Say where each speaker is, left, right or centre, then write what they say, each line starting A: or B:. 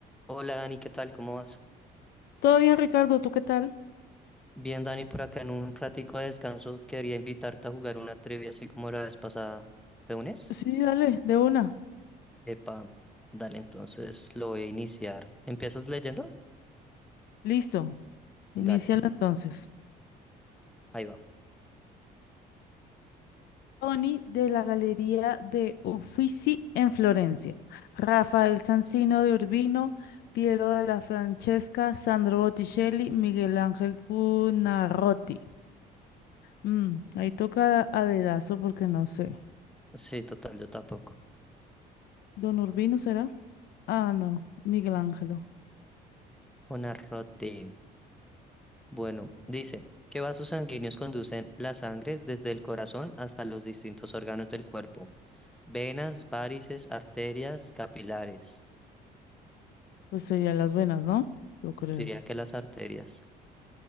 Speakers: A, in the centre; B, on the left.
A: Hola Dani, ¿qué tal? ¿Cómo vas?
B: Todo bien, Ricardo, ¿tú qué tal?
A: Bien, Dani, por acá en un ratico de descanso quería invitarte a jugar una trivia así como la vez pasada. ¿Te unes?
B: Sí, dale, de una.
A: Epa, dale, entonces lo voy a iniciar. ¿Empiezas leyendo?
B: Listo. Inicialo
A: Dale,
B: entonces.
A: ahí va.
B: Tony de la Galería de Uffizi en Florencia. Rafael Sanzino de Urbino, Piero de la Francesca, Sandro Botticelli, Miguel Ángel Buonarroti. Mm, ahí toca a dedazo porque no sé.
A: Sí, total, yo tampoco.
B: ¿Don Urbino será? Ah, no, Miguel Ángelo.
A: Una roti. Bueno, dice, ¿qué vasos sanguíneos conducen la sangre desde el corazón hasta los distintos órganos del cuerpo? Venas, várices, arterias, capilares.
B: Pues serían las venas, ¿no? Yo creo.
A: Yo diría que las arterias,